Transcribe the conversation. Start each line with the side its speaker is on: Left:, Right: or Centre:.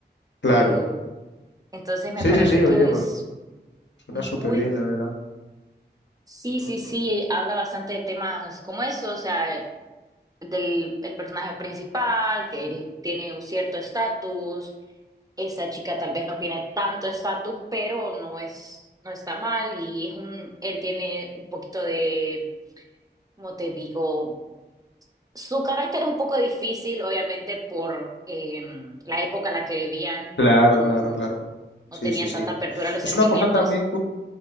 Left: claro.
Right: Eh, entonces me
Left: Sí,
Right: parece
Left: sí, sí,
Right: que
Left: oye, pues
Right: es
Left: suena
Right: muy,
Left: súper bien, la verdad.
Right: sí, sí,
Left: Mm,
Right: sí,
Left: mm, mm.
Right: habla bastante de temas como eso, o sea del el personaje principal, que él tiene un cierto estatus, esta chica tal vez no tiene tanto estatus, pero no es, no está mal y es un, él tiene un poquito de, como te digo? Su carácter es un poco difícil, obviamente, por eh, la época en la que vivían,
Left: Claro,
Right: no,
Left: claro, claro.
Right: no
Left: Sí,
Right: tenían
Left: sí, sí.
Right: tanta apertura a los sentimientos.
Left: Es una cosa también